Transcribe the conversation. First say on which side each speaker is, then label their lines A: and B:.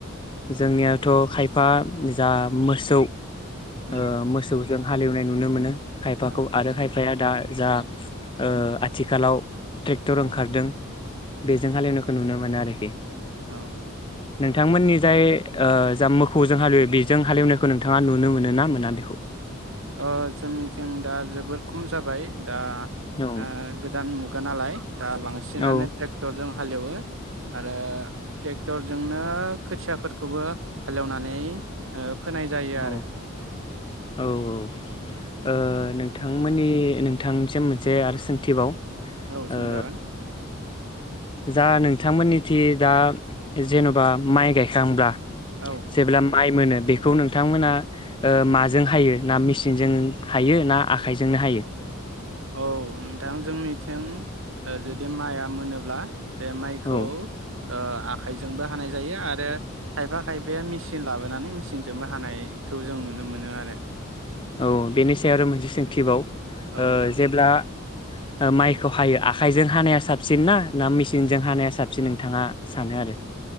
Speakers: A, on the left (about 25°); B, on the right (about 70°).
A: जोंनियावथ' खायफा जा मोसौ
B: उम
A: ओ मोसौ जों हालेवनाय नुनो मोनो खायफाखौ
B: औ
A: आरो खायफाया दा जा ओ आथिखालाव ट्रेक्टर
B: औ
A: ओंखारदों बेजों
B: औ
A: हालेवनायखौ नुनो मोनो आरोखि
B: औ
A: नोंथांमोननि जाय औ जा मोखौजों हालेवो बेजों हालेवनायखौ नोंथाङा नुनो मोनो ना मोना बेखौ
B: अ जोंनिथिं दा जोबोर खम जाबाय दा
A: औ
B: आ गोदान मुगा नालाय दा बांसिनानो
A: औ
B: ट्रेक्टर जों हालेवो आरो ट्रेक्टर जोंनो खोथियाफोरखौबो हालेवनानै ओ फोनाय जायो आरो
A: औ औ औ ओ नों नोंथांमोननि नोंथांनिसिम मोनसे आरो सोंथिबाव
B: औ सोंजागोन
A: ओ जा नोंथांमोननिथि दा जेन'बा माइ गायखांब्ला
B: औ
A: जेब्ला माइ मोनो बेखौ नोंथांमोना ओ माजों हायो ना मेचनजों हायो ना आखाइजोंनो हायो
B: औ नोंथां जोंनिथिं ओ जुदि माइआ मोनोब्ला बेे माइखौ
A: औ
B: ओ आखाइजोंबो हानाय जायो आरो खायफा खायफाया मेचिन लाबोनानै मेचिनजोंबो हानायखौ जों नुनो मोनो आरो
A: औ बेनि सायाव आरो मोनसे सोंथि बाव
B: औ
A: ओ
B: नोंथां
A: जेब्ला ओ माइखौ हायो आखाइजों हानाया साबसिन ना ना मेचिनजों हानाया साबसिन नोंथाङा सानो आरो